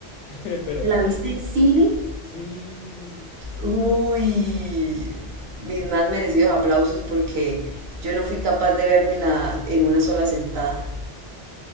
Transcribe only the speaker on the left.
<laughs> Pero
sí, sí, sí.